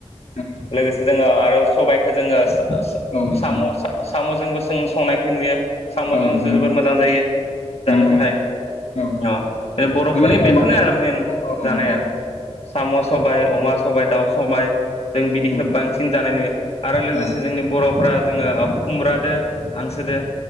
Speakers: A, on the left; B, on the left.
A: नंगौ
B: लोगोसे जोङो आरो सबायखो जोङो सो ओ
A: औ नोंथां
B: साम' सा साम'जोंबो जों संनायखो नुयो साम'जों
A: औ नुनो
B: जोबोर मोजां जायो जानो
A: नंगौ
B: थाखाय
A: नोंथां
B: अ
A: औ
B: बर'फोरनि
A: माने जों
B: बेफोरनो
A: बांसिन
B: आरो
A: औ
B: मेन
A: औ
B: जानाया
A: औ
B: साम' सबाय, अमा सबाय दाउ सबाय जों बिदिखौनो
A: उम
B: बांसिन जानाय नुयो आरो लोगोसे
A: औ
B: जोंनि बर'फोरा जोङो खुमब्रादो हांसोजोदो